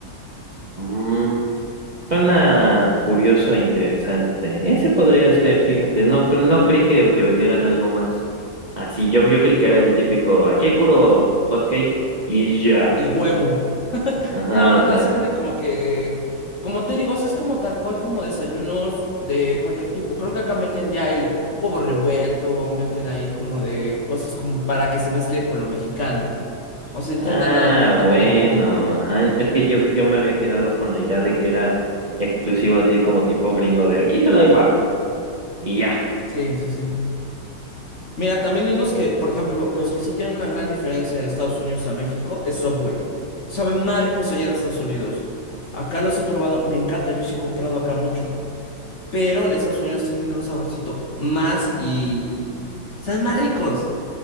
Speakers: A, on the right (about 40°); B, on the left (about 50°).
A: Mm, suena curioso e interesante. Ese podría ser, fíjate. No, cre- no creí que, que vendieran algo más. Así, yo, yo creí que era el típico, aquí hay puro hot cake y ya.
B: Y huevo.
A: <laughs> Ajá,
B: No,
A: o sea.
B: no, se venden como que, como te digo, o sea, es como tal cual como desayunos de cualquier tipo. Creo que acá meten ya el huevo revuelto, meten ahí como de cosas como para que se mezcle con lo mexicano. O se intentan
A: Ah,
B: adaptar también
A: bueno,
B: el menú.
A: ajá. Es que yo, yo me había quedado con la idea de que era exclusivo así como tipo gringo de aquí solo hay waffles y ya.
B: Sí, sí, sí. Mira, también unos que, por ejemplo, los que sí tienen una gran diferencia de Estados Unidos a México es Subway. Saben más ricos allá en Estados Unidos. Acá los he probado, me encanta, yo sí he comprado acá mucho. Pero en Estados Unidos tienen un saborcito más y... Saben más ricos.